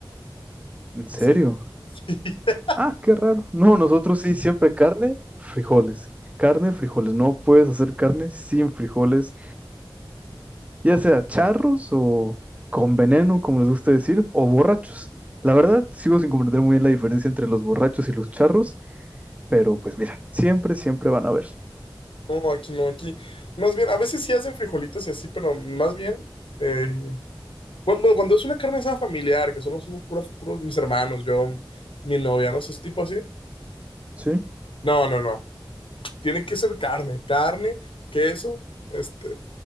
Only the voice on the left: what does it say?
sí. <laughs>
No, aquí no, aquí. Más bien, a veces sí hacen frijolitos y así, pero más bien, eh, Cuando, bueno, cuando es una carne asada familiar, que solo somos puros, puros mis hermanos, yo, mi novia, no sé, es tipo así.
No, no, no. Tiene que ser carne, carne, queso, este,